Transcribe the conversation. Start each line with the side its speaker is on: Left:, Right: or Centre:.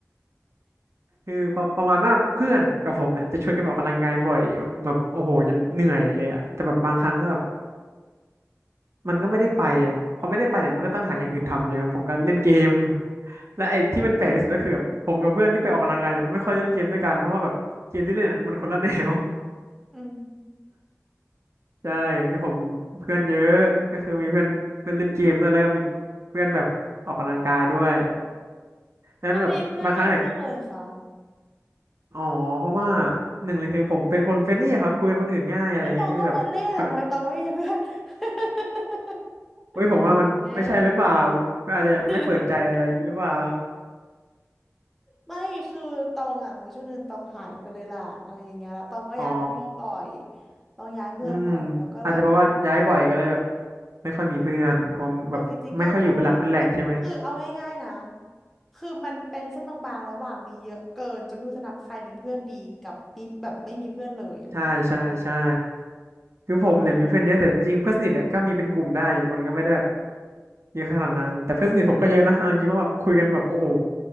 Right: คือประประมาณว่าเพื่อนกับผมเนี่ยจะชวนกันไปออกกำลังกายบ่อยแบบแบบโอ้โหจนเหนื่อยเลยอะแต่แบบบางครั้งก็แบบมันก็ไม่ได้ไปอะพอไม่ได้ไปเนี่ยมันก็ต้องหาอย่างอื่นทำใช่ไหมครับผมก็เล่นเกมและไอ้ที่มันแปลกที่สุดก็คือแบบผมกับเพื่อนที่ไปออกกำลังกายเนี่ยไม่ค่อยได้เล่นเกมด้วยกันเพราะว่าแบบเกมที่เล่นอะมันคนละแนว
Centre: อืม
Right: ใช่คือผมเพื่อนเยอะก็คือมีเพื่อนเพื่อนเล่นเกมด้วยแล้วก็มีเพื่อนแบบออกกำลังกายด้วยแล้วแบบบางครั้งเนี่ย
Centre: ทำไมเพื่อนเยอะจังเลยคะ
Right: อ๋อเพราะว่าหนึ่งเลยคือผมเป็นคนเฟรนลี่ครับคุยกับคนอื่นง่ายอะไรเงี้ยก็เลยแบบคน
Centre: ไอ้ยตองก็เป็นเล่แต่ทำไมตองไม่มีเพื่อน <laughs>
Right: เฮ้ยผมว่ามันไม่ใช่หรือเปล่า
Centre: เล่น
Right: อาจจะไม่เปิดใจอะไรอย่างนี้หรือเปล่า
Centre: <laughs> ไม่คือตองอ่ะมีช่วงหนึ่งตองหายไปเลยล่ะอะไรอย่างเงี้ยแล้วตองก็ย้ายประเทศบ่อย
Right: อ๋อ
Centre: ตองย้ายเมืองบ่อยตองก็เลยแบบ
Right: อืมอาจจะเพราะว่าย้ายบ่อยก็เลยแบบไม่ค่อยมีเพื่อนผมแบบไม่ค่อยอยู่เป็นหลักเป็นแหล่งใช่ไหม
Centre: แต่จริงๆก็ก็มีมีคือเอาง่ายๆนะคือมันเป็นเส้นบางๆระหว่างมีเยอะเกินจนไม่รู้จะนับใครเป็นเพื่อนดีกับมีแบบไม่มีเพื่อนเลยอ่ะ
Right: <laughs> ใช่ใช่ใช่ คือผมเนี่ยมีเพื่อนเยอะแต่จริงๆเพื่อนสนิทเนี่ยก็มีเป็นกลุ่มได้อยู่มันก็ไม่ได้แบบ
Centre: ตอง
Right: เยอะขนาดนั้นแต่เพื่อนสนิทผมก็เยอะนะเอาจริงๆว่าแบบคุยกันแบบโอ้โห